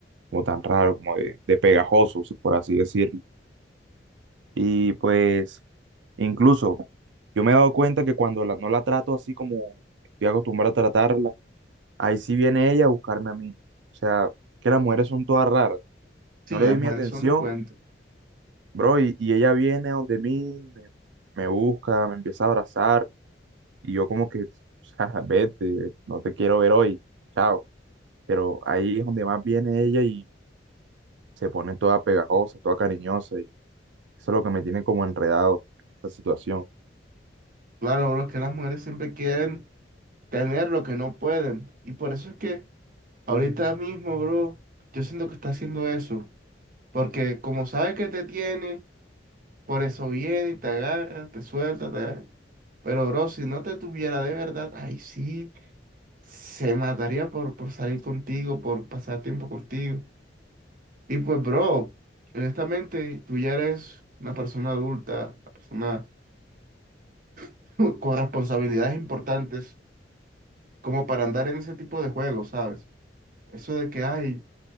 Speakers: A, on the right; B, on the right.
A: como tan raro, como de, de pegajoso, si- por así decirlo. Y pues, incluso, yo me he dado cuenta que cuando la- no la trato así como estoy acostumbrado a tratarla, Ahí sí viene ella a buscarme a mí. O sea, que las mujeres son todas raras.
B: Sí,
A: No
B: las
A: le doy
B: mujeres
A: mi atención,
B: son un cuento.
A: bro, y, y ella viene donde mí, me, me busca, me empieza a abrazar, y yo como que, o sea, <laughs> vete, no te quiero ver hoy, chao. Pero ahí es donde más viene ella y se pone toda pegajosa, toda cariñosa, y eso es lo que me tiene como enredado en esta situación.
B: Claro, bro, es que las mujeres siempre quieren tener lo que no pueden. Y por eso es que ahorita mismo, bro, yo siento que está haciendo eso. Porque como sabe que te tiene, por eso viene, y te agarra, te suelta, te agarra. Pero, bro, si no te tuviera de verdad, ay, sí, se mataría por, por salir contigo, por pasar tiempo contigo. Y pues, bro, honestamente, tú ya eres una persona adulta, una persona <laughs> con responsabilidades importantes como para andar en ese tipo de juegos, ¿sabes? Eso de que, ay,